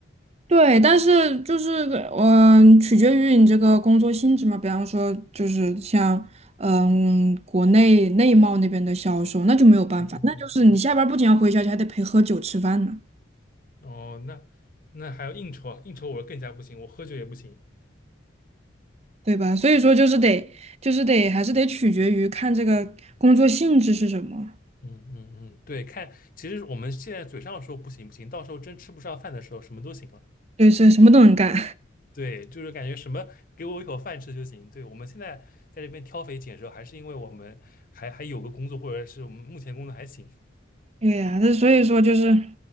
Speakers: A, on the right (about 30°); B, on the left (about 45°).
A: 对，但是就是嗯，取决于你这个工作性质嘛。比方说，就是像嗯，国内内贸那边的销售，那就没有办法，
B: 嗯嗯嗯。
A: 那就是你下班儿不仅要回消息，还得陪喝酒吃饭呢，
B: 哦，那那还要应酬啊？应酬我更加不行，我喝酒也不行。
A: 对吧？所以说，就是得，就是得，还是得取决于看这个工作性质是什么。
B: 嗯嗯嗯，对，看，其实我们现在嘴上说不行不行，到时候真吃不上饭的时候，什么都行了。
A: 对，是什么都能干。
B: 对，就是感觉什么给我一口饭吃就行。对，我们现在在这边挑肥拣瘦，还是因为我们还还有个工作，或者是我们目前工作还行。
A: <laughs> 对呀，那所以说就是